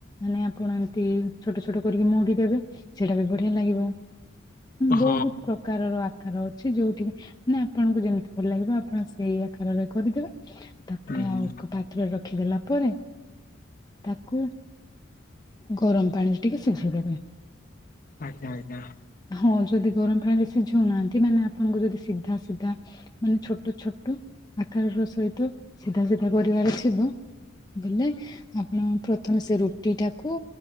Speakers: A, on the left; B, on the left.
A: ମାନେ ଆପଣ ଏମିତି ଛୋଟ ଛୋଟ କରିକି ମୋଡି ଦେବେ ସେଇଟା ବି ବଢିଆ ଲାଗିବ ବହୁତ
B: ହଁ
A: ପ୍ରକାରର ଆକାର ଅଛି ଯୋଉଠିକି ନା ଆପଣଙ୍କୁ ଯେମିତି ଭଲ ଲାଗିବ ଆପଣ ସେଇ ଆକାରରେ କରିଦେବେ ତାପରେ
B: ହୁଁ ହୁଁ
A: ଆଉ ଏକ ପାତ୍ରରେ ର ରଖିଦେଲା ପରେ ତାକୁ ଗରମ ପାଣିରେ ଟିକେ ସିଝେଇ ଦେବେ।
B: ଆଜ୍ଞା ଆଜ୍ଞା।
A: ହଁ ଯଦି ଗରମ ପାଣିରେ ସିଝଉନାହାନ୍ତି ମାନେ ଆପଣଙ୍କୁ ଯଦି ସିଧା ସିଧା ମାନେ ଛୋଟ ଛୋଟ ଆକାର ର ସହିତ ସିଧା ସିଧା କରିବାର ଥିବ ବିନେ ଆପଣ ପ୍ରଥମେ ସେ ରୁଟିଟାକୁ